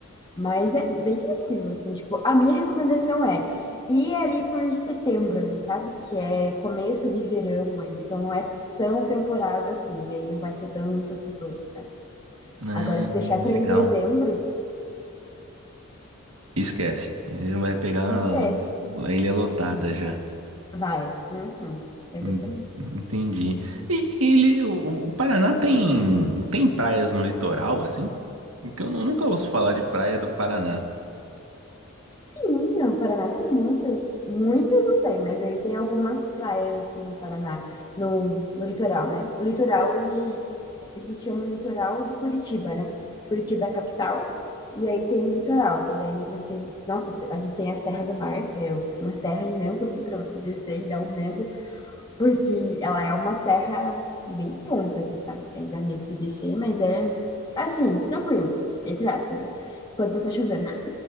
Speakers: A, on the left; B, on the right.
A: Mas é bem tranquilo, assim, tipo, a minha recomendação é ir ali por setembro ali, sabe? Que é começo de verão ainda, então não é tão temporada assim, e aí não vai ter tantas pessoas, sabe?
B: Hum,
A: Agora, se deixar pra
B: legal.
A: ir em dezembro,
B: Esquece. Ele vai pegar a
A: esquece.
B: a ilha lotada já.
A: Vai. Uhum. Exatamente.
B: En- Entendi. E ele, o, o Paraná tem tem praias no litoral, assim? Porque eu nu- nunca ouço falar de praia do Paraná.
A: Sim, o Paraná tem muitas, muitas não sei, mas ele tem algumas praias assim no Paraná, no, no litoral, né? O litoral, ele, a gente chama o litoral de Curitiba, né? Curitiba é a capital, e aí tem o litoral, que daí você, nossa, a gente tem a Serra do Mar, que é uma serra imensa assim para você descer e dar um medo, porque ela é uma serra bem de ponta assim, sabe? Aí dá medo de descer, mas é assim, tranquilo, entre aspas, né? quando não tá chovendo.